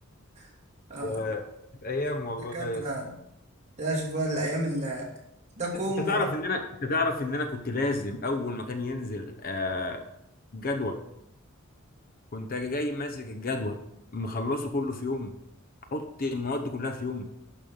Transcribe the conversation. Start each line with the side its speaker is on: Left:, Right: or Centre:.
Right: <laughs> اه
Left: يا- كانت ايام والله
Right: دكاتره
Left: يا اسطى
Right: يا شوف بقى الايام اللي ده كوم
Left: انت تعرف ان انا انت تعرف ان انا كنت لازم اول ما كان ينزل آه جدول كنت اجي جاي ماسك الجدول مخلصه كله في يوم احط المواد كلها في يوم